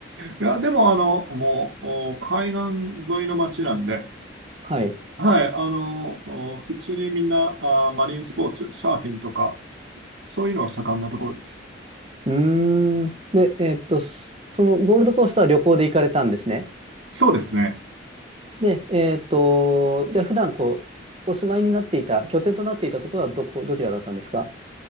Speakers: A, on the right; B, on the right.
A: いや、でも、あの、もう、お海岸沿いの街なんで、
B: はい。
A: はい、あの、お普通にみんな、あー、マリンスポーツ、サーフィンとか、そういうのが盛んなところです。
B: うーん。で、えっと、そそのゴールドコーストは旅行で行かれたんですね。
A: そうですね。
B: で、えっと、じゃあ普段こう、お住まいになっていた、拠点となっていたところはどこ、どちらだったんですか